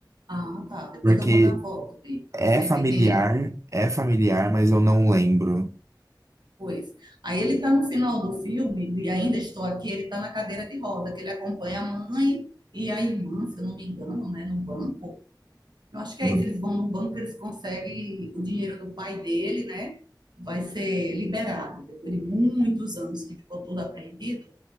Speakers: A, on the right; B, on the right.
A: ah, tá. Depois
B: Porque
A: eu mando a foto dele para
B: é
A: você
B: familiar,
A: ver quem é.
B: é familiar, mas eu não lembro.
A: Pois. Aí ele tá no final do filme, e ainda estou aqui, ele tá na cadeira de roda, que ele acompanha a mãe e a irmã, se eu não me engano, né? No banco. Eu acho que
B: Não
A: é isso. Eles vão no banco, eles conseguem o dinheiro do pai dele, né? Vai ser liberado depois de muitos anos que ficou tudo apreendido.